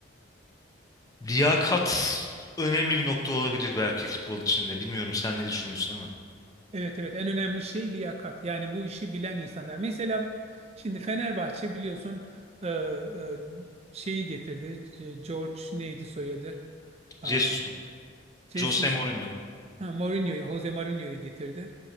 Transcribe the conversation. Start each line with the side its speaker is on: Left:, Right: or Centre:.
Left: Liyakat önemli bir nokta olabilir belki futbol içinde. Bilmiyorum sen ne düşünüyorsun ama.
Right: Evet evet en önemli şey liyakat. Yani bu işi bilen insanlar. Mesela şimdi Fenerbahçe biliyorsun e, e, şeyi getirdi. E, George neydi soyadı? Um,
Left: Jesus mu?
Right: Jesus,
Left: Jose Mourinho.
Right: ha, Mourinho'yu, Jose Mourinho'yu getirdi.